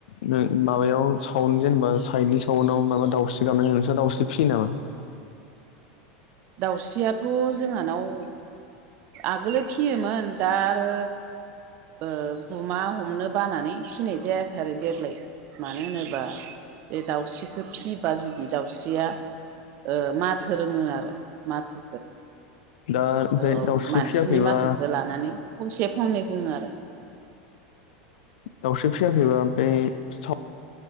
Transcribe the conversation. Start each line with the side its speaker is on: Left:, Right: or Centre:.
Left: माबायाव सावन जेनेबा साइडनि सावनाव माबा दाउस्रि गाबनाय नोंस्रा दाउस्रि फियो नामा?
Right: दाउस्रियाथ' जोंहानाव आगोलो फियोमोन दा आरो ओ गुमा हमनो बानानै फिनाय जायाखै आरो देग्लाय मानो होनोबा बे दाउस्रिखौ फियोबा जुदि दाउस्रिया ओ माथो रोङो आरो माथो
Left: दा ओमफ्राय
Right: ओ
Left: दाउस्रि
Right: मानसिनि
Left: फियाखैबा
Right: माथोखो लानानै फंसे फंनै बुङो आरो।
Left: दाउस्रि फियाखैबा ओमफाय सा